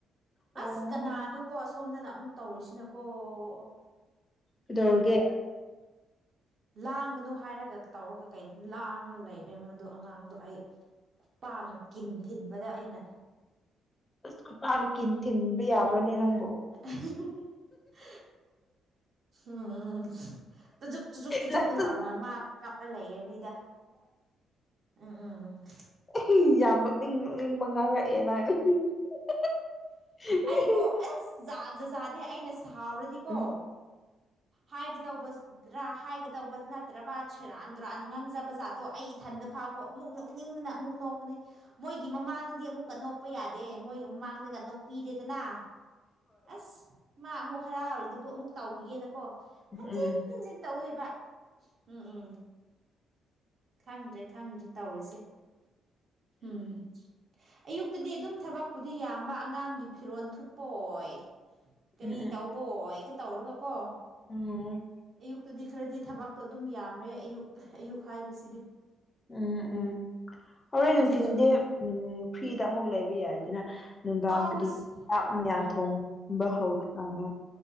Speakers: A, on the left; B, on the right.
A: ꯑꯣ
B: ꯑꯁ ꯀꯅꯥꯅꯣꯀꯣ ꯁꯣꯝꯗꯅ ꯑꯃꯨꯛ ꯇꯧꯔꯤꯁꯤꯅꯀꯣ ꯑꯣ
A: ꯀꯩꯗꯧꯔꯒꯦ
B: ꯂꯥꯡꯒꯅꯣ ꯍꯥꯏꯔꯒ ꯇꯧꯔꯒ ꯀꯩ ꯂꯥꯡꯑꯥ ꯂꯩꯔꯦ ꯃꯗꯨ ꯑꯉꯥꯡꯗꯣ ꯑꯩ ꯈꯨꯄꯥꯛꯅ ꯀꯤꯟ ꯊꯤꯟꯕꯗ ꯑꯩꯅ
A: ꯈꯨꯄꯥꯛꯅ ꯀꯤꯟ ꯊꯤꯟꯕ ꯌꯥꯕ꯭ꯔꯣꯅꯦ ꯅꯪ
B: <unintelligible> ꯎꯝ ꯇꯖꯨꯞ ꯆꯨꯖꯨꯞ ꯆꯨꯖꯨꯞ
A: ꯅꯪꯁꯨ
B: ꯂꯥꯎꯅ ꯃꯥ ꯀꯥꯞꯂ ꯂꯩꯔꯅꯤꯗ ꯎꯝ ꯎꯝ ꯎꯝ
A: ꯏꯍꯤ ꯌꯥꯝ ꯅꯣꯛꯅꯤꯡ ꯅꯣꯛꯅꯤꯡꯕ ꯉꯥꯡꯔꯛ ꯑꯦ ꯅꯪ <unintelligible>
B: ꯑꯩꯀꯣ ꯑꯁ ꯖꯥꯠ ꯖꯖꯥꯠꯅꯦ ꯑꯩꯅ ꯁꯥꯎꯔꯗꯤꯀꯣ
A: ꯎꯝ ꯎꯝ ꯎꯝ ꯎꯝ ꯎꯝ ꯎꯝ
B: ꯍꯥꯏ <unintelligible> ꯍꯥꯏꯒꯗꯧꯕ ꯅꯠꯇ꯭ꯔꯕ ꯁꯦꯔꯥꯥꯟꯗꯨꯔꯥꯟ ꯉꯥꯡꯖꯕꯖꯥꯠ ꯑꯩ ꯏꯊꯟꯗ ꯐꯥꯎꯀꯣ ꯑꯃꯨꯛ ꯅꯣꯛꯅꯤꯡꯗꯅ ꯑꯃꯨꯛ ꯅꯣꯛꯀꯅꯤ ꯃꯣꯏꯒꯤ ꯃꯃꯥꯡꯗꯗꯤ ꯑꯃꯨꯛꯀ ꯅꯣꯛꯄ ꯌꯥꯗ ꯗꯦ ꯃꯣꯏꯒ ꯃꯃꯥꯡꯗꯒ ꯅꯣꯛꯄꯤꯔꯦꯗꯅ ꯑꯁ ꯃꯥ ꯑꯃꯨꯛ ꯍꯔꯥꯎꯔꯤꯗꯨꯕꯨ ꯑꯃꯨꯛ ꯇꯧꯈꯤꯒꯦꯅꯀꯣ ꯍꯟꯖꯤꯟ
A: ꯎꯝ
B: ꯍꯟꯖꯤꯟ ꯇꯧꯗꯣꯏꯕ ꯎꯝ ꯎꯝ ꯈꯪꯗ꯭ꯔꯦ ꯈꯪꯗ꯭ꯔꯦ ꯇꯧꯔꯤꯁꯦ ꯎꯝ ꯑꯌꯨꯛꯇꯗꯤ ꯑꯗꯨꯝ ꯊꯕꯛꯄꯨꯗꯤ ꯌꯥꯝꯕ ꯑꯉꯥꯡꯒꯤ ꯐꯤꯔꯣꯜ ꯊꯨꯠꯄ ꯑꯣꯏ ꯀꯔꯤ
A: ꯎꯝ
B: ꯇꯧꯕ ꯑꯣꯏꯒ ꯇꯧꯔꯒ ꯀꯣ
A: ꯎꯝ
B: ꯑꯌꯨꯛꯇꯗꯤ ꯈꯔꯗꯤ ꯊꯕꯛꯇꯣ ꯑꯗꯨꯝ ꯌꯥꯝꯃꯦ ꯑꯌꯨꯛ ꯑꯌꯨꯛ ꯍꯥꯏꯕꯁꯤ
A: ꯎꯝ ꯎꯝ ꯍꯣꯔꯦꯟ
B: ꯍꯧꯖꯤꯛꯁꯨ
A: ꯅꯨꯡꯊꯤꯟꯗꯤ ꯎꯝ ꯐ꯭ꯔꯤꯗ ꯑꯃꯨꯛ ꯂꯩꯕ ꯌꯥꯏꯗꯅ ꯅꯨꯡꯗꯥꯡ
B: ꯑꯣ
A: ꯀꯔꯤ
B: ꯉꯁ
A: ꯆꯥꯛ ꯃꯌꯥꯝꯊꯣꯡꯒꯨꯝꯕ
B: ꯎꯝ
A: ꯍꯧꯈ꯭ꯔꯀꯥꯟꯗ